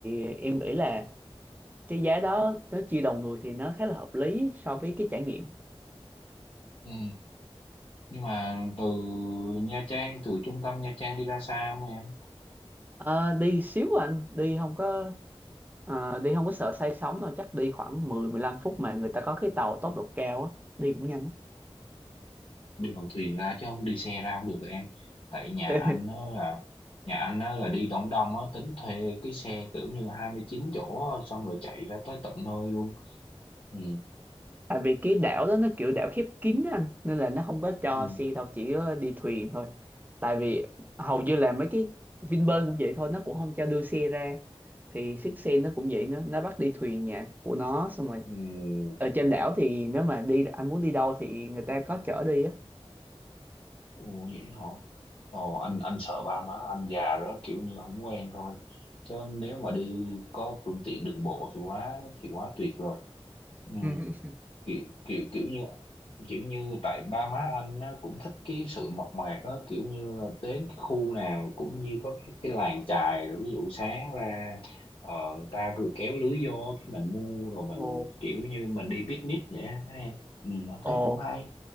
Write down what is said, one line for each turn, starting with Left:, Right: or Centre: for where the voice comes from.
Right: em nghĩ là cái giá đó nó chia đầu người thì nó khá là hợp lý so với cái trải nghiệm
Left: ừ. nhưng mà từ Nha Trang từ trung tâm Nha Trang đi ra xa không em
Right: Ờ, đi xíu à anh đi không có ờ, đi không có sợ say sóng đâu chắc đi khoảng 10 15 phút mà người ta có cái tàu tốc độ cao á đi cũng nhanh lắm
Left: đi bằng thuyền ra chứ không đi xe ra không được rồi em tại nhà
Right: <laughs>
Left: anh nó là nhà anh đó là đi đóng Đông á tính thuê cái xe kiểu như 29 chỗ á, xong rồi chạy ra tới tận nơi luôn ừ.
Right: tại vì cái đảo đó nó kiểu đảo khép kín á anh nên là nó không có cho
Left: Ừ.
Right: xe đâu chỉ có đi thuyền thôi tại vì hầu như là mấy cái Vinpearl cũng vậy thôi nó cũng không cho đưa xe ra thì chiếc xe nó cũng vậy nó nó bắt đi thuyền nhà của nó xong rồi
Left: Ừ,
Right: ở trên đảo thì nếu mà đi anh muốn đi đâu thì người ta có chở đi á
Left: ồ vậy hả? Ồ anh anh sợ ba má anh già đó kiểu như không quen thôi. Chứ nếu mà đi có phương tiện đường bộ thì quá thì quá tuyệt rồi. Ừ,
Right: <laughs>
Left: kiểu kiểu kiểu như kiểu như tại ba má anh á, cũng thích cái sự mộc mạc á kiểu như là đến cái khu nào cũng như có cái, cái làng chài rồi ví dụ sáng ra ờ, người ta vừa kéo lưới vô cái mình mua rồi mình
Right: Ồ,
Left: kiểu như mình đi picnic vậy á, ha em. Ừ, anh
Right: ồ,
Left: thấy cũng hay.